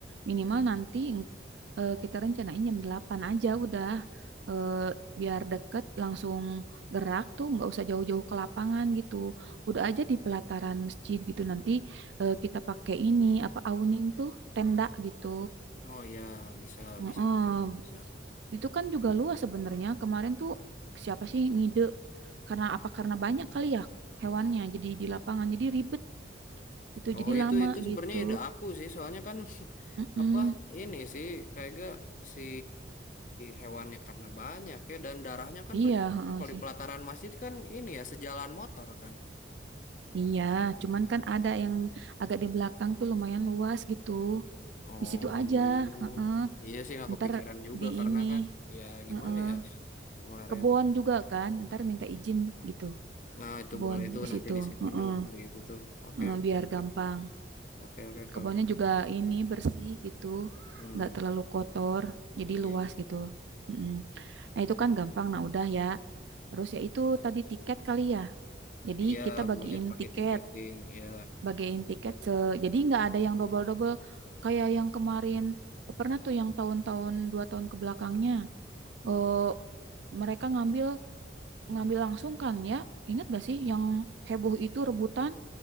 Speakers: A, on the right; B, on the left.
A: minimal nanti eh, kita rencanain jam 8 aja udah. Eh, biar deket langsung gerak tuh nggak usah jauh-jauh ke lapangan gitu. Udah aja di pelataran masjid gitu nanti eh, kita pakai ini apa awning tuh tenda gitu.
B: Oh ya bisa
A: Heeh.
B: bisa bisa bisa.
A: Itu kan juga luas sebenarnya. Kemarin tuh siapa sih ngide karena apa karena banyak kali ya hewannya jadi di lapangan jadi ribet itu
B: Oh
A: jadi
B: itu
A: lama
B: itu sebenarnya
A: gitu.
B: ide aku sih soalnya kan <laughs>
A: Mm-mm.
B: apa ini sih kayak gak si hewannya karena banyak ya dan darahnya kan
A: Iya,
B: berceceran
A: heeh
B: kalau
A: sih.
B: di pelataran masjid kan ini ya sejalan motor kan.
A: Iya, cuman kan ada yang agak di belakang tuh lumayan luas gitu.
B: Oh
A: Di situ aja, heeh.
B: iya sih nggak
A: Ntar
B: kepikiran juga
A: di
B: karena
A: ini,
B: kan ya gimana
A: heeh.
B: ya <laughs> kemarin.
A: Kebon juga kan, ntar minta izin gitu.
B: Nah itu
A: Kebon
B: boleh itu
A: di
B: nanti
A: situ,
B: di sini
A: heeh.
B: tuh hari itu tuh. Oke
A: Heeh,
B: oke
A: biar
B: oke
A: gampang.
B: oke oke kalau
A: Kebunnya juga ini bersih gitu,
B: hmm
A: nggak terlalu kotor, jadi
B: ya
A: luas gitu. Heeh. Nah itu kan gampang, nah udah ya. Terus ya itu tadi tiket kali ya. Jadi
B: ya
A: kita bagiin
B: boleh pakai
A: tiket.
B: tiketing ya.
A: bagiin tiket se jadi nggak ada yang double-double kayak yang kemarin pernah tuh yang tahun-tahun dua tahun kebelakangnya eh mereka ngambil ngambil langsung kan ya ingat gak sih yang heboh itu rebutan